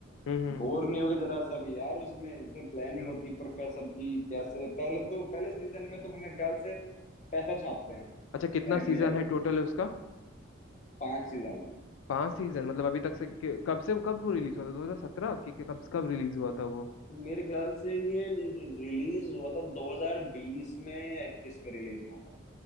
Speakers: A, on the left (about 75°); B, on the left (about 35°).
A: हम्म हम्म
B: बोर नहीं होगे जरा सा भी यार उसमें इसमें प्लानिंग
A: अच्छा
B: होती है प्रोफेसर की कैसे पहले तो पहले सीजन में तो मेरे ख्याल से पैसा छापते हैं
A: अच्छा, कितना
B: बैग
A: सीजन
B: में जाके
A: है टोटल है उसका
B: पांच सीजन है
A: पांच सीजन मतलब अभी तक से कि- कब से कब वो रिलीज हुआ था 2017 कि कि- कब कब रिलीज हुआ था वो
B: मेरे ख्याल से ये रिलीज हुआ था 2020 में या 21 में रिलीज हुआ था